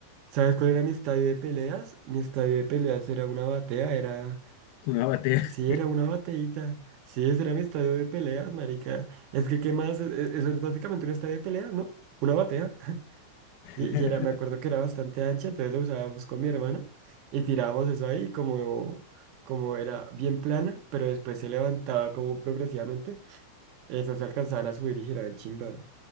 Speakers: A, on the right; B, on the left.
A: ¿sabes cuál era mi estadio de peleas? Mi estadio de peleas era una batea, era...
B: una batea.
A: Sí, era una bateíta. Sí, ese era mi estadio de peleas, marica. Es que, ¿qué más? E- e- Eso es básicamente un estadio de peleas, ¿no? Una batea. <laughs>
B: <laughs>
A: Y, y era, me acuerdo que era bastante ancha, entonces lo usábamos con mi hermana y tirábamos eso ahí como, como era bien plana, pero después se levantaba como progresivamente. Eso se alcanzaban a subir y giraban chimba.